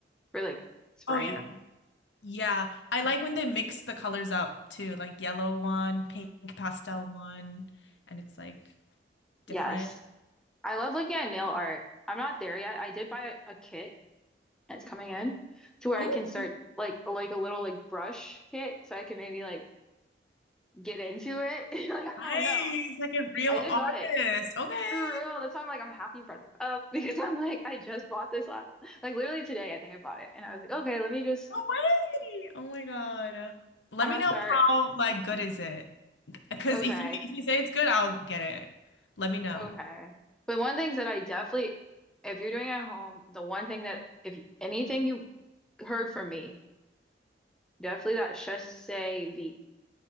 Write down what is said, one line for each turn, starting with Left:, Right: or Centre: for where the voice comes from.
Centre: for like spring.
Left: Oh yeah. Yeah, I like when they mix the colors up too, like yellow one, pink pastel one, and it's like different.
Centre: Yes. I love looking at nail art. I'm not there yet. I did buy a, a kit and it's coming in to where
Left: Oh,
Centre: I can start like like a little like brush kit so I can maybe like get into it. <laughs> Like
Left: nice.
Centre: I don't know.
Left: Like a real
Centre: I did
Left: artist.
Centre: buy it.
Left: Okay.
Centre: For real. That's why I'm like I'm happy you brought this up <laughs> because I'm like I just bought this last like literally today I think I bought it and I was like, okay, let me just
Left: No way. Oh my God. Let
Centre: I'm
Left: me
Centre: gonna
Left: know
Centre: start.
Left: how like good is it. Because
Centre: Okay.
Left: if you if you say it's good, I'll get it. Let me know.
Centre: Okay. But one thing that I definitely if you're doing it at home, the one thing that if anything you heard from me Definitely that Chassé V.